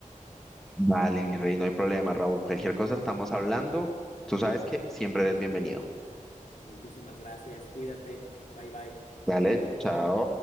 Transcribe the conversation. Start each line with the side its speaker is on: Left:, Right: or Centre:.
Centre: Vale, mi rey, no hay problema, Raúl. Cualquier cosa estamos hablando. Tú sabes que siempre eres bienvenido.
Left: Muchísimas gracias, cuídate, bye bye.
Centre: Dale, chao.